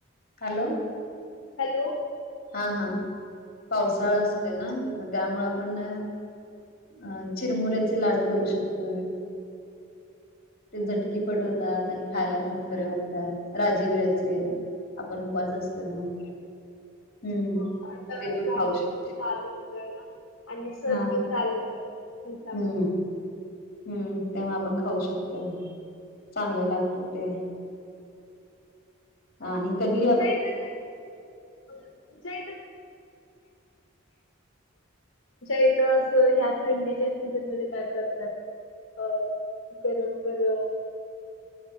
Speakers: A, on the left; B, on the left.
A: हॅलो
B: हॅलो
A: हा हा पावसाळा असतोय ना मग त्यामुळे आपण अं चिरमुऱ्याचे लाडू करू शकतोय. ते झटकीपट होतात आणि खायला पण बरे वाटतात राजगिऱ्याचे आपण उपास असतो म्हणून हम्म
B: हो आता <unintelligible>
A: ते पण खाऊ शकतो
B: पण चालू होतोय ना आणि सण
A: हा
B: पण <unintelligible> मुळे
A: हम्म हम्म तेव्हा आपण खाऊ शकतोय चांगले लागतात ते हा आणि कधी
B: <inaudible> तुमच्या इथ असं ह्या थंडीच्या सीझन मध्ये काय करतात? अ गरम गरम